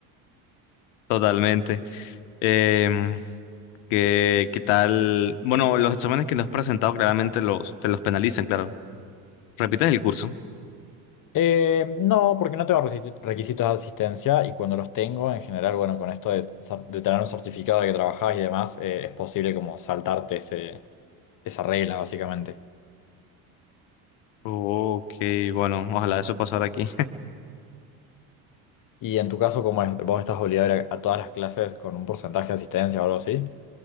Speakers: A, on the left; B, on the left.
A: Totalmente. Em, ¿qué, qué tal? Bueno, los exámenes que nos has presentado claramente los, te los penalizan, claro. ¿Repites el curso?
B: Eh, no, porque no tengo resi- requisitos de asistencia y cuando los tengo, en general, bueno, con esto de, cer- de tener un certificado de que trabajás y demás, eh, es posible como saltarte ese, esa regla, básicamente.
A: Ok, bueno, ojalá eso pasara aquí.
B: Y en tu caso, como es, vos estás obligado a ir a, a todas las clases con un porcentaje de asistencia o algo así.